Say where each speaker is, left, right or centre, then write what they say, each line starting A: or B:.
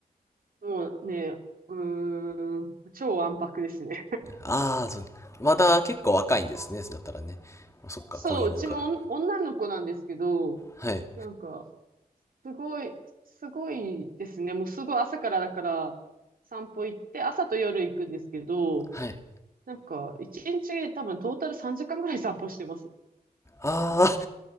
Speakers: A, on the right; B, on the left.
A: な。もうね、うーん、超わんぱくですね。
B: ああ、そうまだ結構若いんですね。だったらね。そっか、
A: そう、
B: 子犬から。
A: うちもお女の子なんですけど、
B: はい。
A: なんか、すごい、すごいですね。もうすごい朝からだから散歩行って、朝と夜行くんですけど、
B: はい。
A: なんか一日多分トータル3時間ぐらい散歩してます。
B: あ